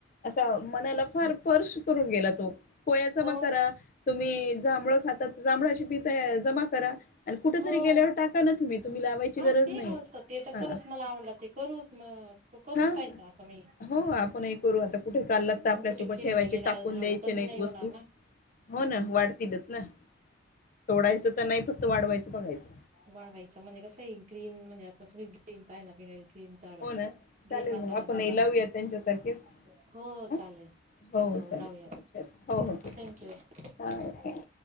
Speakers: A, on the left; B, on the right.
A: असा मनाला फार फार सुकरून गेला तो कोया जमा
B: हो
A: करा तुम्ही जांभळ खातात जांभळाची बी जमा करा आणि कुठ
B: हो
A: तरी गेल्यावर टाका ना तुम्ही तुम्ही लावायची
B: हा
A: गरज
B: ते
A: नाही
B: मस्त ते तर
A: हा
B: खरंच मला आवडलं ते करू मग करून
A: हा
B: पाहायचं आता मी
A: हो हो आपण हे करू आता कुठे चाललात तर आपल्यासोबत
B: कुठे फिरायला
A: ठेवायची
B: गेल्यावर
A: टाकून
B: झाडं
A: द्यायचे
B: कमी
A: नाहीत
B: नाही
A: वस्तू
B: होणार ना
A: हो ना वाढतीलच ना तोडायचं तर नाही फक्त वाढवायचं बघायचं
B: वाढवायचा म्हणजे कसं ग्रीन म्हणजे <inaudible> ग्रीन पाहायला मिळेल <inaudible> ग्रीन
A: हो ना चालेल
B: वातावरण
A: मग आपण
B: तयार
A: हे लावूया
B: होईल
A: त्यांच्यासारखेच
B: हो
A: ह
B: चालेल हो हो
A: चालेल
B: जाऊया
A: चालेल चल. हो हो ठीक आहे
B: थँक
A: ठीक
B: यू
A: आहे